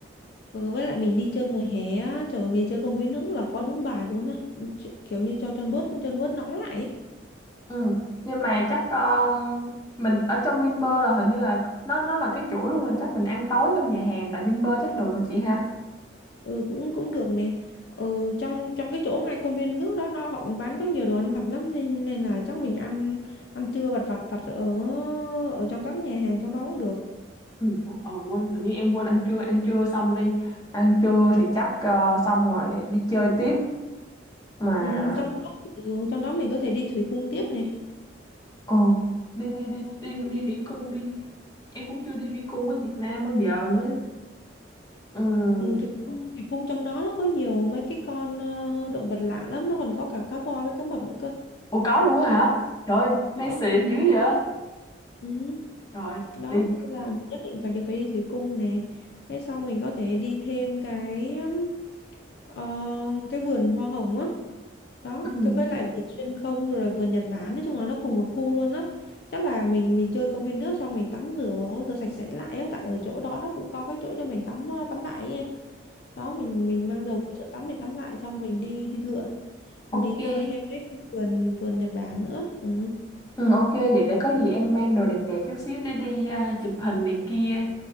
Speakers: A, on the left; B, on the left.
A: Ừ, với lại mình đi chơi mùa hè á, trời ơi, mình đi chơi công viên nước là quá đúng bài luôn á, Ch- kiểu như cho chân bớt chân bớt nóng lại. ấy.
B: ừ nhưng mà chắc um, mình ở trong Vinpearl là hình như là nó nó là cái chuỗi luôn rồi chắc mình ăn tối trong nhà hàng tại Vinpearl chắc được rồi chị ha
A: Ừ cũng cũng được này. Ừ, trong trong cái chỗ ngay công viên nước đó nó họ cũng bán có nhiều đồ ăn vặt lắm nên nên là chắc mình ăn ăn trưa vặt vặt vặt ở ở trong các nhà hàng trong đó cũng được.
B: ừ ờ quên tự nhiên em quên ăn trưa ăn trưa xong đi ăn trưa thì chắc ờ, xong rồi đi chơi tiếp mà
A: Ừ, trong đó ừ, trong đó mình có thể đi thủy cung tiếp này.
B: ừ đi đi đi đi đi thủy cung đi em cũng chưa đi thủy cung ở Việt Nam bao giờ nữa ừ
A: Ừ, thủy cung thủy cung trong đó nó có nhiều mấy cái con ờ, động vật lạ lắm, nó còn có cả cá voi với cá mập nữa cơ.
B: Ủa có luôn á hả? Trời,
A: Có.
B: nay xịn dữ vậy?
A: Ừ.
B: Rồi,
A: đó
B: đi.
A: thế nên là nhất định phải đi phải đi thủy cung nè, cái sau mình có thể đi thêm cái um, ờ, cái vườn hoa hồng á đó
B: Ừ.
A: cái với lại vườn xuyên không rồi vườn Nhật Bản nói chung là nó cùng một khu luôn á chắc là mình mình chơi công viên nước xong mình tắm rửa rửa sạch sẽ lại á tại ở chỗ đó nó cũng có cái chỗ cho mình tắm ờ, tắm lại ấy em đó mình mình mang dầu của chỗ tắm mình tắm lại xong mình đi đi lượn
B: Ok.
A: mình đi chơi thêm cái vườn vườn Nhật Bản nữa ừ
B: Ừ, ok, vậy để có gì em mang đồ đẹp đẹp chút xíu để đi à, chụp hình này kia.